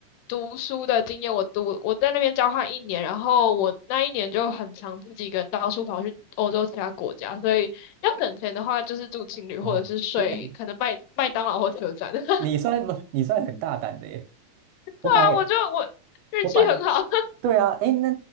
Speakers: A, on the left; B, on the right.
A: 读书的经验，我读我在那边交换一年，然后我那一年就很常自己一个人到处跑去欧洲其他国家，所以要省钱的话，就是住情旅或者是睡可能麦麦当劳或车站。
B: 哦，哎，那
A: <laughs> 对
B: 你算你算很大胆的耶，我本来
A: 啊，我就我运气很好
B: 我本来对啊，哎，那